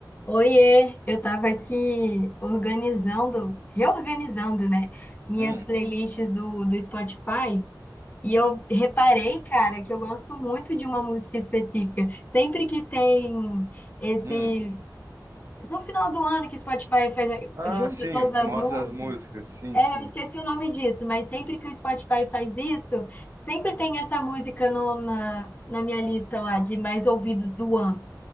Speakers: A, on the left; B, on the right.
A: Oiê, eu estava aqui organizando, reorganizando, né, minhas
B: Hum,
A: playlists do, do Spotify e eu reparei, cara, que eu gosto muito de uma música específica. Sempre que tem esses.
B: hum.
A: No final do ano que o Spotify faz,
B: Ah,
A: junta
B: sim,
A: todas as
B: mostra
A: músicas.
B: as músicas. Sim,
A: É,
B: sim.
A: eu esqueci o nome disso, mas sempre que o Spotify faz isso, sempre tem essa música no, na, na minha lista lá de mais ouvidos do ano.